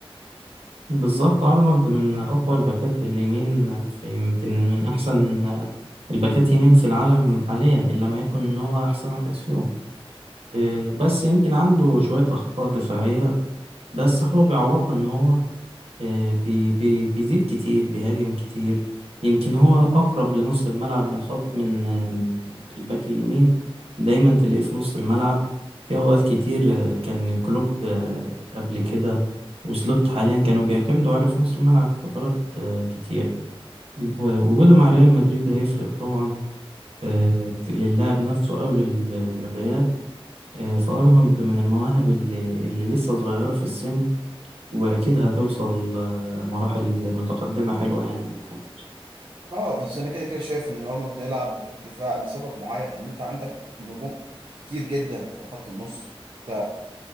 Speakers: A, on the right (about 75°); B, on the right (about 55°).
A: بالظبط أرنولد من أقوى الباكات اليمين في يمكن من أحسن آه، الباكات يمين في العالم حاليا إن لم يكن إن هو أحسن واحد فيهم آه، بس يمكن عنده شوية أخطاء دفاعية بس هو بيعوضها إن هو آه، بي بي بيزيد كتير بيهاجم كتير يمكن هو أقرب لنص الملعب من خط من آه، من الباك اليمين دايما تلاقيه في نص الملعب في أوقات كتير آه، كان كلوب آه، قبل كده وسلوت حاليا كانوا بيعتمدوا عليه في نص الملعب في فترات آه، كتير ب- وجوده مع ريال مدريد هيفرق طبعا آه، ك- للاعب نفسه أو لل- للريال آه، فأرنولد من المواهب اللي, اللي لسه صغيرة في السن وأكيد هتوصل آه، مراحل متقدمة حلوة يعني من حياته
B: اه بس انا كده كده شايف ان الارنولد يلعب دفاع لسبب معين ان انت عندك نجوم كتير جدا في خط النص انت